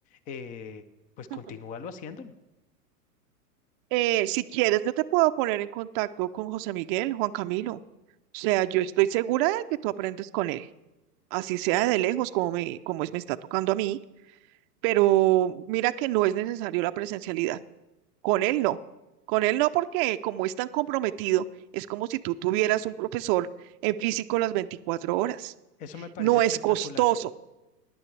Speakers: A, on the left; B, on the right.
A: eh, pues continúalo
B: <laughs>
A: haciéndolo.
B: Eh, si quieres, yo te puedo poner en contacto con José Miguel, Juan Camilo. O sea, yo estoy segura de que tú aprendes con él, así sea de lejos como me, como es, me está tocando a mí, pero mira que no es necesario la presencialidad. Con él no. Con él no porque como es tan comprometido, es como si tú tuvieras un profesor en físico las 24 horas.
A: Eso me parece
B: No
A: espectacular.
B: es costoso.